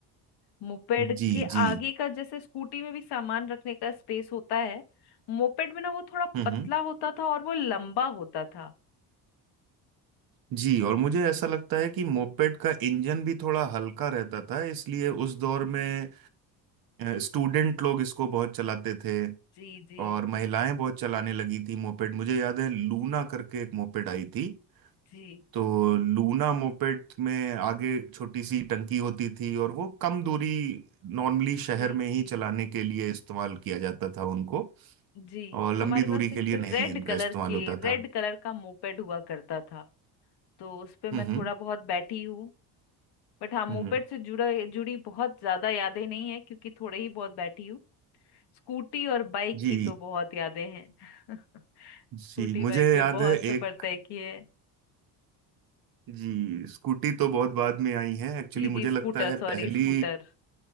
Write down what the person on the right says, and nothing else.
जी
जी
हम्म
हम्म।
जी और मुझे ऐसा लगता है कि मोपेड का इंजन भी थोड़ा हल्का रहता था इसलिए उस दौर
में स्टूडेंट लोग इसको बहुत चलाते थे
और महिलाएं बहुत चलाने लगी थी मोपेड मुझे याद है लूना करके एक मोपेड आई थी
तो लूना मोपेड में आगे एक छोटी सी टंकी होती थी और वो कम दूरी नॉर्मली शहर
में ही
चलाने के लिए इस्तेमाल किया जाता था उनको
और लंबी
दूरी
के लिए
नहीं इनका
इस्तेमाल
होता
था
हम्म हम्म
हम्म
जी
जी
मुझे
याद
है
एक
जी स्कूटी तो बहुत बाद में आई है एक्चुअली
मुझे
लगता
है
पहली